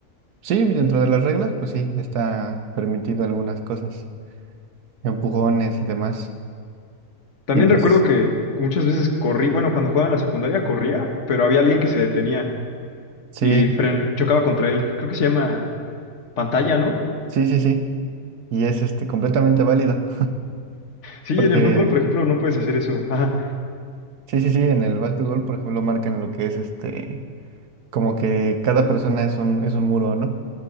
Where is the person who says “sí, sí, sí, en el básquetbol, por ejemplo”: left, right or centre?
Right